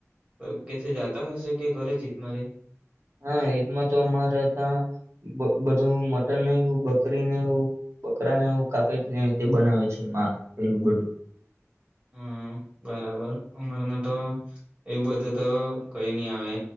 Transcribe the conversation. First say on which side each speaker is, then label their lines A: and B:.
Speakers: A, on the right; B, on the right.
A: પણ કેથી જાતા હશે કે ઘરે જ હીતમાં રે
B: હા, ઈદમાં તો અમારે ત્યાં બધું મટન ને, એવું બકરીને એવું, બકરા ને એવું કાપી ને તે બનાવે છે, મા પેલું બધું
A: હમ, બરાબર, અમારામાં તો એવું બધું તો કઈ નહી આવે,